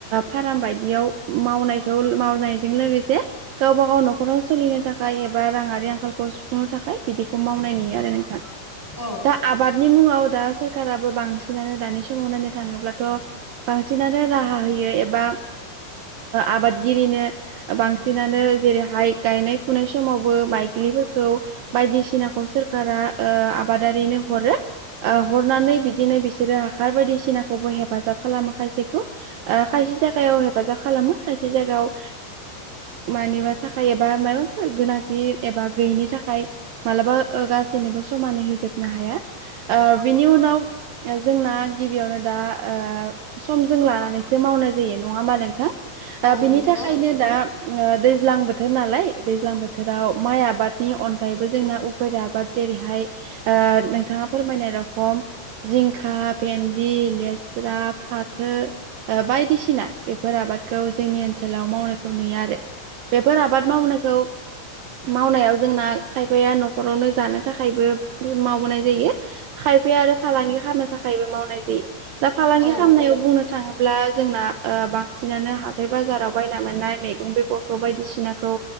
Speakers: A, on the right; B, in the centre.
A: फाराम बायदियाव मावनायखौ मावनायजों लोगोसे गावबा गाव न'खर न'खराव सोलिनो थाखाय एबा राङारि आंखालखौ सुफुंनो थाखाय बिदिखौ मावनाय नुयो आरो नोंथां
B: औ
A: दा आबादनि मुंङाव दा सरखाराबो बांसिनानो दानि समाव नायनो थाङोब्लाथ' बांसिनानो राहा होयो एबा आबादगिरिनो बांसिनानो जेरैहाय गायनाय फुनाय समावबो माइग्लिफोरखौ बायदिसिनाखौ सोरखारा ओ आबादारिनो हरो ओ हरनानै बिदिनो बिसोरो हासार बायदिसिनाखौबो हेफाजाब खालामो खायसेखौ खायसे जि जायगायाव हेफाजाब खालामो खायसे जायगायाव ओ मानिबा थाखाय एबा माबाफोर गोनांथि एबा गैयिनि थाखाय मालाबा ओ गासैनोबो समानै होजोब हाया ओ बिनि उनाव ओ जोंना गिबियावनो दा ओ समजों लानानैसो मावनाय जायो नङा होनबा नोंथां
B: औ
A: ओ बिनि
B: नंगौ
A: थाखायनो दा ओ दाज्लां बोथोर बोथोर नालाय दैज्लां बोथोराव माइ आबादनि अनगायैबो जोंना उफेर आबाद जेरैहाय ओ नोंथाङा फोरमायनाय रखम जिंखा भेन्दि लेस्रा फाथो ओ बायदिसिना बेफोर आबादखौ जोंनि ओनसोलाव मावनायखौ नुयो आरो बे फोर आबाद मावनायखौ मावनायाव जोंना खायफाया नखरावनो जानो थाखायबो मावबोनाय जायो खायफाया आरो फालांगि खालामनो थाखायबो मावनाय जायो दा फालांगि
B: औ
A: खालामनायाव बुंनो थाङोब्ला जोंना ओ बांसिनानो हाथाय बाजाराव बायना मोननाय मैगं बेगरखौ बाय बायदिसिनाखौ